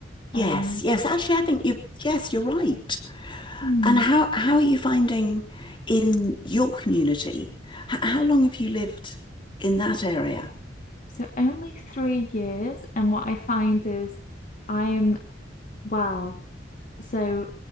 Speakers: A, on the left; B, on the left.
A: Yes,
B: Um,
A: yes. Actually, I think you, yes, you're right.
B: hmm.
A: And how how are you finding in your community? H- how long have you lived in that area?
B: So only three years, and what I find is I'm well, so